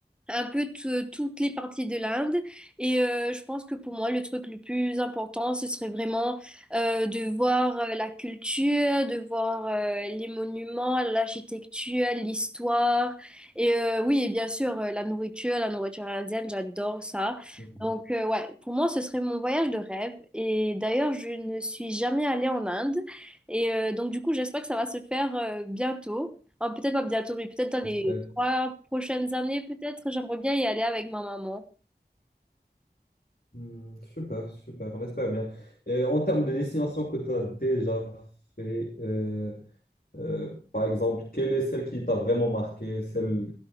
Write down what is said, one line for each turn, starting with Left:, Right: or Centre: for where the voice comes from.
Centre: un peu t- toutes les parties de l'Inde. Et euh, je pense que pour moi, le truc le plus important, ce serait vraiment euh, de voir euh, la culture, de voir euh, les monuments, l'architecture, l'histoire. Et euh, oui, et bien sûr, euh, la nourriture, la nourriture indienne, j'adore ça.
Left: Mhm.
Centre: Donc, euh, ouais, pour moi, ce serait mon voyage de rêve. Et d'ailleurs, je ne suis jamais allée en Inde. Et euh, donc, du coup, j'espère que ça va se faire euh, bientôt. Enfin, peut-être pas bientôt, mais peut-être dans
Left: J'espère.
Centre: les trois prochaines années, peut-être, j'aimerais bien y aller avec ma maman.
Left: Mhm. Super, super, on espère bien. Et en termes de destination que tu as déjà fait, euh, Euh, par exemple, quelle est celle qui t'a vraiment marqué, celle